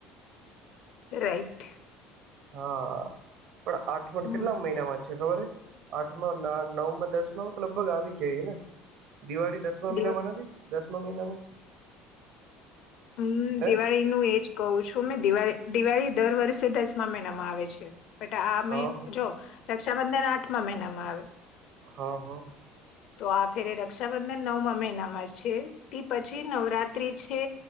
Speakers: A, on the left; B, on the right.
A: રાઈટ
B: હા પણ આઠમણ
A: હમ
B: કેટલા મહિનામાં ખબર હ આઠમાં નવ માં દસ માં તો લગભગ આવી જાય એને દિવાળી દસમા
A: દિવ
B: મહિનામાં નથી દસમા મહિનામાં
A: હમ
B: હે
A: દિવાળી નું એજ કહું છું મેં દિવાળ દિવાળી દર વર્ષે દસમા મહિનામાં આવે છે બટ આ
B: હા
A: જો રક્ષાબંધન આઠમા મહિનામાં આવે
B: હા હા
A: તો આ ફેરે રક્ષાબંધન નવમા મહિનામાં છે તે પછી નવરાત્રી છે